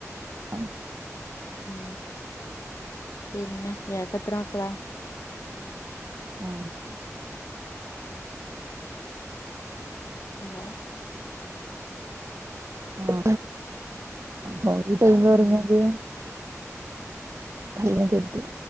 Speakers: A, on the right; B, on the left.
A: ആ
B: ഊം പിന്നെ ഇയാക്കെത്ര മക്കളാ
A: ആ
B: ഹലോം
A: ആ ആ ഒരു ടൈം പറഞ്ഞത്
B: ഉം
A: കല്ല് കെട്ടിയാ